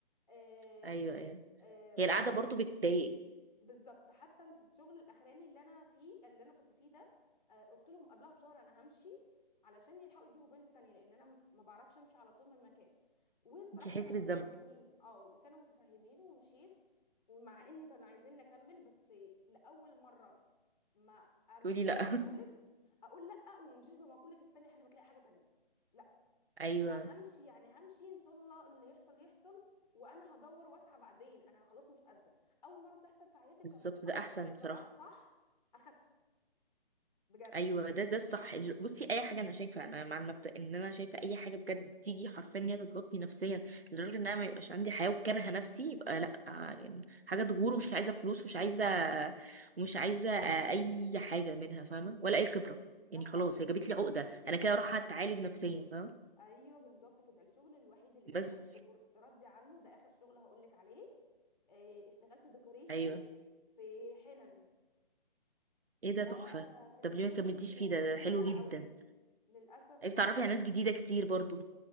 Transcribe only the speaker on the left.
آم،
آم،
حتى
بالظبط حتى الشغل الاخراني اللي انا فيه اللي انا كنت فيه ده آه، قلت لهم قبلها بشهر انا همشي علشان يلحقوا يجيبوا بنت تانية لان انا ما بعرفش امشي على طول من مكان والصراحه
كانوا متفهمين
اه وكانوا متفهمين ومشيت ومع اني كانوا عايزين نكمل بس لاول مره ما امشيش
بمقوله
اقول لا وما امشيش بمقوله استني لحد ما تلاقي حاجه تانية لا
لا همشي يعني همشي ان شاء الله اللي يحصل يحصل وانا هدور واسعى بعدين انا خلاص مش قادره اول مره تحصل في حياتي
كان اكتر
قرار
صح اخدته بجد
امم
ده
حقي
ايوه بالظبط كده الشغل الوحيد اللي اشتغلته
كنت راضيه عنه ده اخر شغل هقول لك عليه آه، اشتغلت ديكوريشن
في حنن
ده
كان
شغل
ممتع
قوي للاسف
آه،